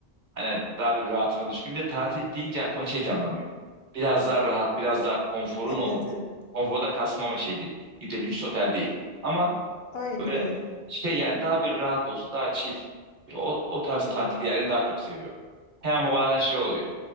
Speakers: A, on the right; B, on the left.
A: Hani daha böyle rahatıma düşkün. Bir de tatil deyince aklıma şey canlanıyor. Biraz daha rahat, biraz daha konforun
B: Evet
A: olduğu.
B: evet.
A: Konfordan kastım ama şey değil. Bir de lüks otel değil. Ama
B: Aynen
A: böyle
B: öyle.
A: işte yani daha bir rahat olsun, daha chill. bir o, o tarz
B: Hmm.
A: tatil yerlerini daha çok seviyorum. He ama bazen şey
B: Ah,
A: oluyor.